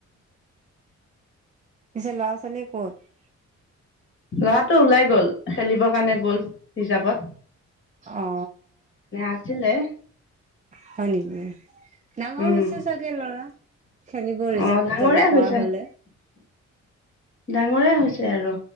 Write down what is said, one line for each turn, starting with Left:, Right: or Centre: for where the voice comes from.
Right: পিছে লৰা ছোৱালী ক'ত?
Left: ল'ৰাটো ওলাই গ'ল খেলিব কাৰণে গ'ল হিচাপত
Right: অ
Left: আছিলে
Right: হয় নেকি। ডাঙৰ
Left: উম।
Right: হৈছে চাগে লৰা খেলিব ৰিজাভত
Left: অ', ডাঙৰে
Right: যাব
Left: হৈছে
Right: পৰা হলে।
Left: ডাঙৰে হৈছে আৰু